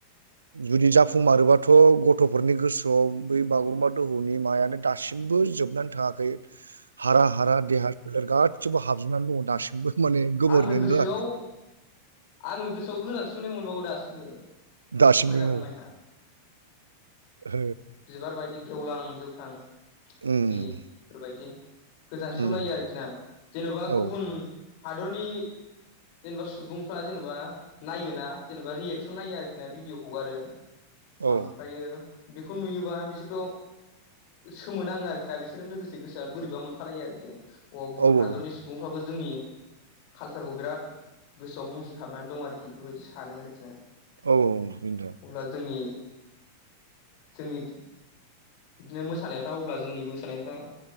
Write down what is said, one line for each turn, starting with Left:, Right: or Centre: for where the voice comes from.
Right: जुदि जाफुंमारोबाथ' गथ'फोरनि गोसोआव बै बागुरुम्बा दोहौनि मायानो दासिमबो जोबनानै थाङाखै।
Left: <inaudible>
Right: हारा हारा देहा सोलेर गासिबो हाबजोबनानै दङ दासिमबो माने गोमोरनोनो
Left: आंनो गोसोआव
Right: रोङाखै।
Left: आंनो गोसोआव गोजांस्रिवनाय मोनबावो दासिमबो। थ'
Right: दासिमबो
Left: समायना रमायना
Right: औ ओ
Left: बिबार बायदि गेवलां गेवथां सिख्रिफोरबायदि
Right: उम
Left: गोजांस्रिवलायो
Right: उम
Left: आरोखि ना जेनबा
Right: औ
Left: गुबुन हादरनि जेनेबा सुबुंफ्रा जेनेबा नायोना। जेनेबा रियेक्सन नायो आरोखि ना भिडिअ हगारो
Right: औ
Left: ओमफ्रायो बेखौ नुयोबा बिसोरथ' सोमोनाङो आरोखि ना बिसोरजों लोगोसे गोसोआ बोरैबा मोनफालायो आरोखि आं। अ गुबुन
Right: औ औ
Left: हादरनि सुबुंफ्राबो जोंनि कालसारखौ बिराद गोसोआव मुहिहाबनानै दं आरोखि बेफोरबायदि सानो आरोखि ना।
Right: औ औ बेनोथ'।
Left: अब्ला जोंनि जोंनि बिदिनो मोसानायफ्रा अब्ला जोंनि मोसानायफ्रा